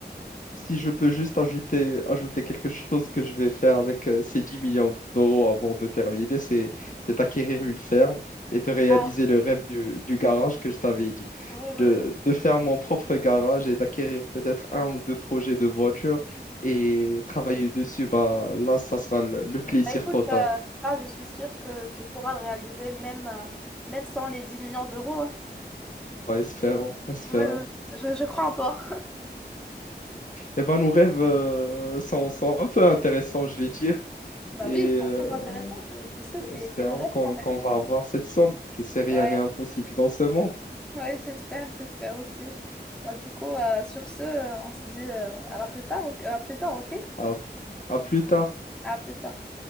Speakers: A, on the left (about 45°); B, in the centre.
A: Si je peux juste ajouter, ajouter quelque chose que je vais faire avec euh, ces 10 millions d'euros avant de terminer, c'est, c'est d'acquérir une ferme et de réaliser
B: Ah,
A: le rêve du, du garage que je t'avais dit.
B: oui, oui,
A: De,
B: oui.
A: de faire mon propre garage et d'acquérir peut-être un ou deux projets de voitures et travailler dessus, bah, là, ça sera le le plaisir
B: Bah, écoute,
A: total.
B: euh, ça, je suis sûre que tu pourras le réaliser, même, euh, même sans les 10 millions d'euros. hein.
A: Ouais, espérons, espérons.
B: Ouais, ouais. Je, je crois en toi.
A: Eh ben, nos rêves euh, sont, sont un peu intéressants, je vais dire.
B: Bah
A: Et
B: oui, ils
A: euh,
B: sont très intéressants, tu, tu sais, c'est
A: espérons
B: c'est nos rêves
A: qu'on
B: quand même.
A: qu'on va avoir cette somme. Je sais, rien
B: Ouais,
A: n'est impossible dans ce monde.
B: ouais, j'espère, j'espère aussi. bah du coup, euh, sur ce, euh, on se dit euh, à la plus tard, ok- à plus tard, ok?
A: À, à plus tard.
B: À plus tard.